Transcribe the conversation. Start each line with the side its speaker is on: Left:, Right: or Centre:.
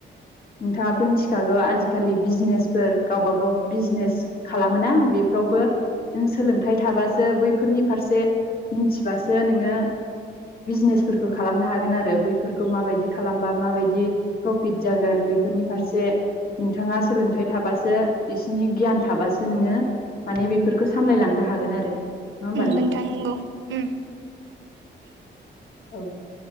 Left: नोंथाङाथ' मिथिखागौ आजिखालि बिजनेसफोर गावबा गाव बिजनेस खालामोना बेफ्रावबो नों सोलोंथाइ थाबासो बैफोरनि फारसे मिनथिबासो नोङो बिजनेसफोरखौ खालामनो हागोन आरो बैफोरखौ माबायदि खालामबा माबायदि प्रफिट जागोन बेफोरनि फारसे नोंथाङा सोलोंथाइ थाबासो बिसिनि गियान थाबासो नोङो माने बेफोरखौ सामलायलांनो हागोन आरो नङा होमबा
Right: उम नोंथां नंगौ उम।
Left: औ